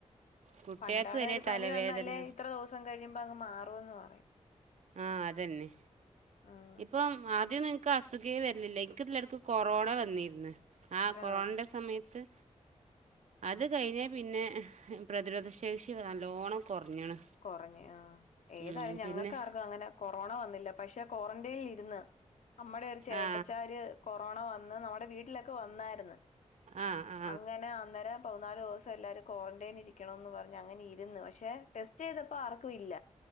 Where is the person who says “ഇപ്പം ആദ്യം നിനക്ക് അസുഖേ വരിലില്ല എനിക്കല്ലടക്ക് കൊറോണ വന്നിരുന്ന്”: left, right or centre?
Right